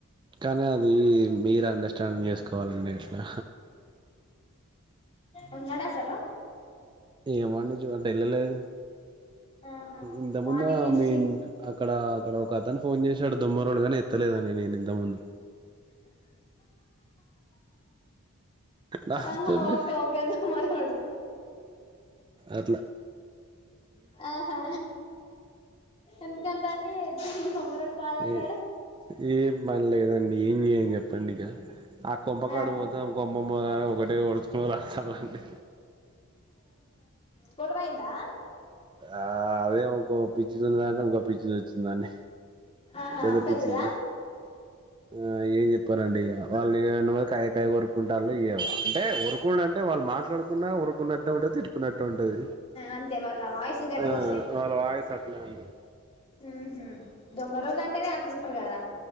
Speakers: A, on the right; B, on the left.
A: కానీ అది మీరు అండర్స్టాండింగ్ చేసుకోవాలండి ఇట్లా
B: ఉన్నడసలు
A: ఏమండి చూ అట్ ఎళ్ల్ళలేదు
B: ఆహా
A: ఇంత
B: మార్నింగ్
A: ముందు
B: నుంచి
A: మీన్ అక్కడ అక్కడ ఒక అతని ఫోన్ చేసాడు దొమ్మ రోళుగాని ఎత్తలేదండి నే నేను ఇంత ముందు నాతోనే
B: ఆహా ఓకే ఓకే దొమ్మరోడు
A: అట్లా
B: ఆహా ఎందుకంటా అంది దొమ్మరోడు కాల్ చేసాడు
A: ఏ ఏం పనిలేదండి ఏం చెయని చెప్పండి ఇక ఆ కొంప కాడికి
B: ఆహా
A: పోతే కొంప ఒకటే ఎవరో అస్తరండి
B: గోడవాయందా
A: ఆ అదే ఒక పిచ్చిదిన్నది అంటే ఇంకో పిచ్చిది వచ్చిందండి
B: ఆహా
A: పెద్ద
B: పెద్దదా
A: పిచ్చిది ఆ ఏం చెప్పారండి వాళ్ళున్న కాయ కాయ కొరుక్కుంట వాళ్ అంటే ఓరుకు అంటే వాళ్ళు మాట్లాడుకున్న ఓరుకున్నట్టటు ఉంటది తిట్టుకున్నట్టటే ఉంటది
B: అంతే వాళ్ళ వాయిసులు గట్టిగా
A: ఆ వాళ్ళ వాయిస్ అట్లే అండి
B: ఉహ దొమ్మ రోల్లు అంటేనే అట్లుంటారు కదా